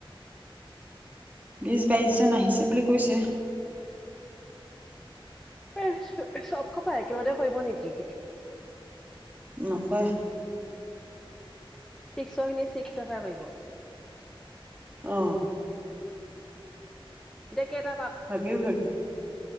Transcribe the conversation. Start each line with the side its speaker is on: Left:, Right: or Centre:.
Right: বিশ বাইশ জন আহিছে বুলি কৈছে
Centre: এ চব খপ একেলগে কৰিব নেকি
Right: নকৰে
Centre: ছিক্স খিনি চিক্স এফাই কৰিব
Right: অ
Centre: এতিয়া কেইটা
Right: ভাগে ভাগে